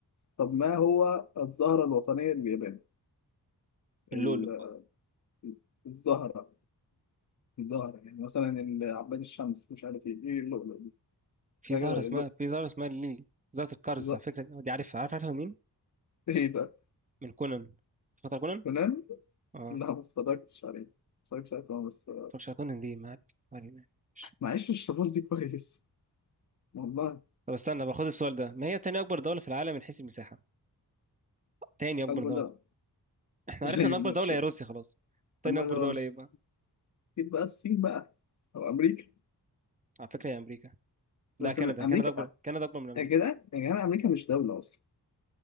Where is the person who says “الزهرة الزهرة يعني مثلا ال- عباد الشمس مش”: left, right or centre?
Left